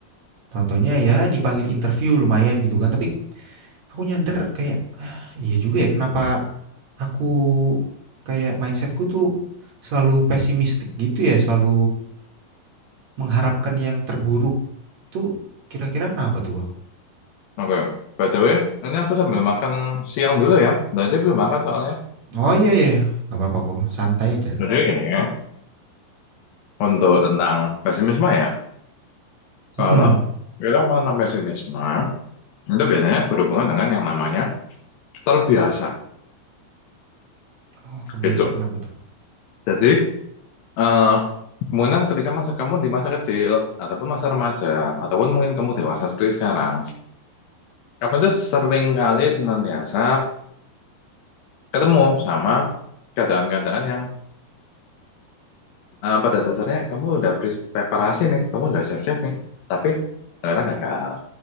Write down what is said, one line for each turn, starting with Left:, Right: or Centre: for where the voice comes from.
Right: Tau-taunya ya dipanggil interview lumayan gitu kan. Tapi aku nyadar kayak "Ah, iya juga ya kenapa aku kayak mindsetku tuh selalu pesimistik gitu ya selalu mengharapkan yang terburuk tuh kira-kira kenapa tuh
Left: Oke, by the way, ini aku sambil makan siang dulu ya. Dari belum makan soalnya.
Right: oh iya iya nggak apa-apa kok santai aja
Left: Jadi ini ya, untuk tentang pesimisme ya. Kalau
Right: Mm-mm.
Left: kita mau tentang pesimisme, itu biasanya berhubungan dengan yang namanya terbiasa
Right: oh kebiasa
Left: gitu.
Right: kenapa tuh
Left: Jadi, eh kemungkinan ketika masa kamu di masa kecil, ataupun masa remaja, ataupun mungkin kamu dewasa seperti sekarang, kamu itu sering kali senantiasa ketemu sama keadaan-keadaan yang eh, pada dasarnya kamu udah pre- preparasi nih, kamu udah siap-siap nih, tapi ternyata gagal.